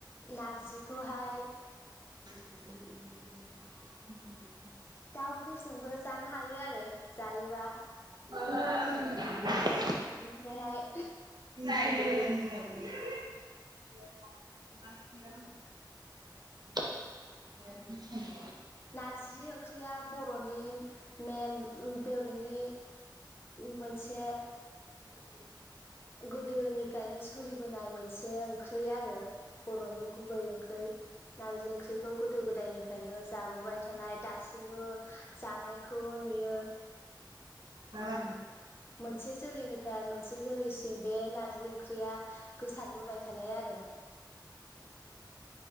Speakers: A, on the left; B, on the right.
A: नारजिखौहाय
B: <inaudible>
A: दाउफोरजोंबो जानो हायो आरो जायोबा
B: <unintelligible>
A: ओमफ्रायहाय
B: <inaudible> <inaudible>
A: नारजि ओंख्रिया बर'नि मेइन बर'नि मोनसे
B: <inaudible>
A: गोदोनिफ्रायनो सोलिबोनाय मोनसे ओंख्रि आरो बरनि गुबै ओंख्रि। नारजि ओंख्रिखौ गोदो गोदायनिफ्रायनो जाबोबाय थानाय दासिमबो जानायखौ नुयो।
B: मा
A: मोनसे जोलैनिफ्राय मोनसे जोलैसिम बे नारजि ओंख्रिया गोसारबोबाय थानाय आरो।